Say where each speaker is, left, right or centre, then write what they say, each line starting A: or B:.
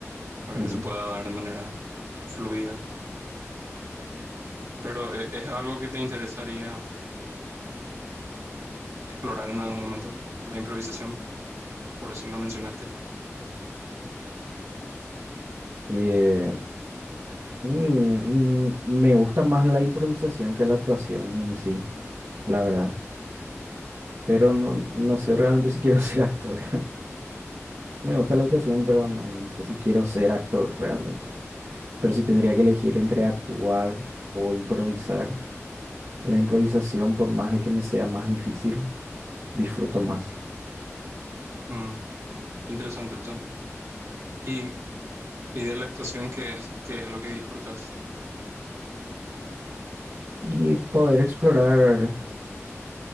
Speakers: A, on the right; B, on the right.
A: para
B: Ujú.
A: que se pueda dar de manera fluida. Pero e- es algo que te interesaría explorar en algún momento, la improvisación, por eso lo mencionaste.
B: Eh, mm, mm, me gusta más la improvisación que la actuación en sí, la verdad. Pero no, no sé realmente si quiero <laughs> ser actor. Me gusta la actuación, pero no, no sé si quiero ser actor realmente. Pero si tendría que elegir entre actuar o improvisar, la improvisación, por más de que me sea más difícil, disfruto más.
A: Mm, interesante eso. Y, y de la actuación, ¿qué es, qué es lo que disfrutas?
B: Y poder explorar